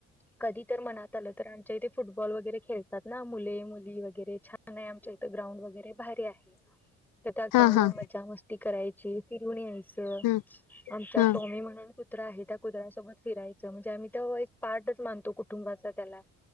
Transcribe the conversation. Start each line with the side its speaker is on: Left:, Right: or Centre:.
Centre: कधी तर मनात आलं तर आमच्या इते फुटबॉल वगैरे खेळतात ना मुले मुली वगैरे छानए आमच्या इत ग्राउंड वगैरे भारी आहे. तर त्या ग्राउंड
Left: हा
Centre: वर
Left: हा
Centre: मजा मस्ती करायची फिरून यायचं
Left: हा
Centre: आमचा
Left: हा
Centre: टॉमी म्हणून कुत्रा आहे त्या कुत्र्यासोबत फिरायचं म्हणजे आम्ही तव एक पार्टच मानतो कुट कुटुंबाचा त्याला